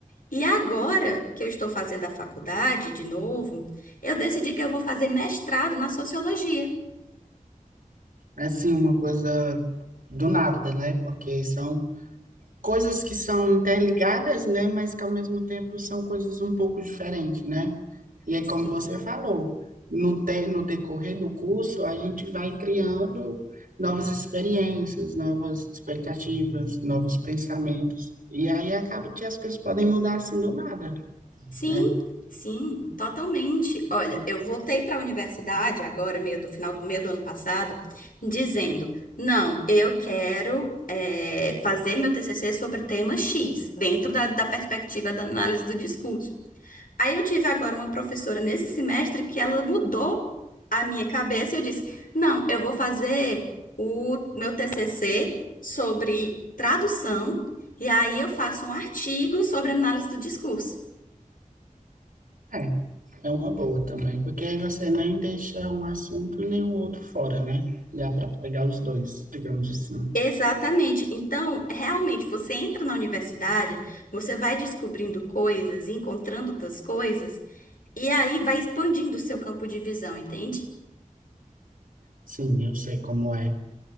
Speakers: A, on the left; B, on the right.
A: E agora que eu estou fazendo a faculdade de novo, eu decidi que eu vou fazer mestrado na sociologia.
B: É assim, uma coisa do nada, né? Porque são coisas que são interligadas, né? Mas que ao mesmo tempo são coisas um pouco diferentes, né? E é
A: Sim,
B: como você falou, no, te, no decorrer do curso, a gente vai criando novas experiências, novas expectativas, novos pensamentos. E aí acaba que as coisas podem mudar assim do nada,
A: sim,
B: né?
A: sim, totalmente. Olha, eu voltei para a universidade agora, meio do final do meio do ano passado, dizendo: não, eu quero eh, fazer meu TCC sobre tema X, dentro da, da perspectiva da análise do discurso. Aí eu tive agora uma professora nesse semestre que ela mudou a minha cabeça e eu disse: "Não, eu vou fazer o meu TCC sobre tradução e aí eu faço um artigo sobre análise do discurso".
B: É. É uma boa também, porque aí você nem deixa um assunto nem o outro fora, né? Dá para pegar os dois, digamos assim.
A: Exatamente. Então, realmente, você entra na universidade, você vai descobrindo coisas, encontrando outras coisas, e aí vai expandindo o seu campo de visão, entende?
B: Sim, eu sei como é.